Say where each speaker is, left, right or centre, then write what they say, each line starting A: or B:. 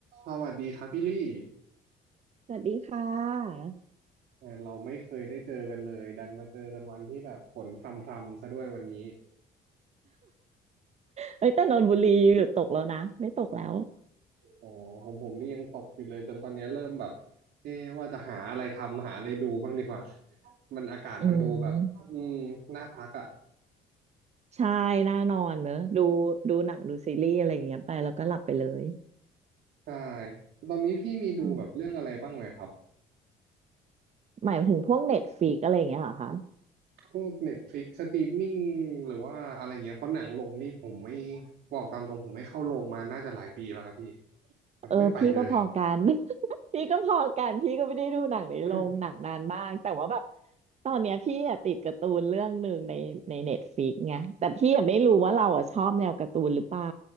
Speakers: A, on the right (about 70°); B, on the right (about 40°).
A: สวัสดีครับพี่ลี่
B: สวัสดีค่ะ
A: แหมเราไม่เคยได้เจอกันเลยดันมาเจอกันวันที่แบบฝนพรำๆซะด้วยวันนี้
B: เอ้ยแต่นนทบุรีหยุดตกแล้วนะไม่ตกแล้ว
A: อ๋อของผมนี่ยังตกอยู่เลยจนตอนนี้เริ่มแบบเอ๊ะว่าจะหาอะไรทำหาอะไรดูบ้างดีกว่ามันอากาศมันดูแบบอืมน่าพักอ่ะ
B: อืมใช่น่านอนเนอะดูดูหนังดูซีรีส์อะไรอย่างเงี้ยไปแล้วก็หลับไปเลย
A: ใช่ตอนนี้พี่มีดูแบบเรื่องอะไรบ้างไหมครับ
B: อืมหมายถึงพวกเน็ตฟ i ิกอะไรอย่างเงี้ยเหรอคะ
A: พวก Netflix สตรีมมิ่งหรือว่าอะไรเงี้ยเพราะหนังลงนี่ผมไม่บอกตามตรงผมไม่เข้าโรงมาน่าจะหลายปีแล้วครับพี่แบบไม่ไปเลย
B: เออพี่ก็พอกัน <laughs> พี่ก็พอกันพี่ก็ไม่ได้ดูหนังในโรงหนังนานมากแต่ว่าแบบ
A: <coughs>
B: ตอนเนี้ยพี่อะติดการ์ตูนเรื่องหนึ่งในในเน็ตฟลิกไงแต่พี่อะไม่รู้ว่าเราอะชอบแนวการ์ตูนหรือเปล่า